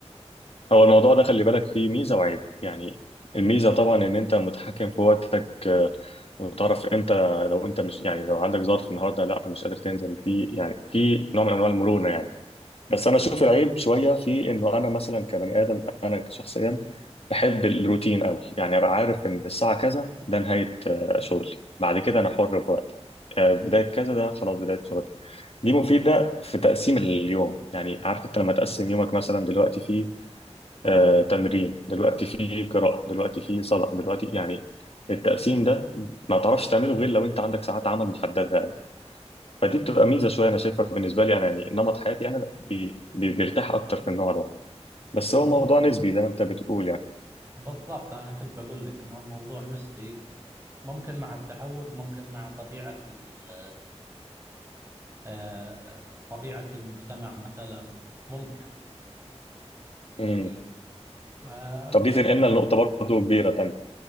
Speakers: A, on the left (about 60°); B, on the right (about 20°).
A: هو الموضوع ده خلي بالك فيه ميزة وعيب يعني الميزة طبعا ان انت متحكم في وقتك آه، وتعرف امتى لو انت مش يعني لو عندك ظرف النهارده لا مش قادر تنزل في يعني في نوع من انواع المرونة يعني بس انا اشوف العيب شوية في انه انا مثلا كبني ادم انا شخصيا بحب الروتين قوي يعني ابقى عارف ان الساعة كذا ده نهاية آه، شغلي بعد كده انا حر في وقتي آه، بداية كذا ده خلاص بداية شغلي دي مفيدة في تقسيم اليوم يعني عارف انت لما تقسم يومك مثلا دلوقتي فيه
B: نعم
A: آه، تمرين دلوقتي في قراءة دلوقتي في صلاة دلوقتي يعني التقسيم ده ما تعرفش تعمله غير لو انت عندك ساعات عمل محددة يعني. فدي بتبقى ميزة شوية انا شايفها بالنسبة لي انا يعني نمط حياتي انا بي بي بيرتاح اكتر في النوع ده بس هو موضوع
B: مو
A: نسبي زي ما انت بتقول يعني
B: بالضبط أنا كنت بقول لك إنه الموضوع نسبي ممكن مع التعود ممكن مع طبيعة ال- آه، طبيعة المجتمع مثلا ممكن
A: امم
B: إيه. آه،
A: طب دي
B: بس
A: تنقلنا لنقطة برضه كبيرة تانية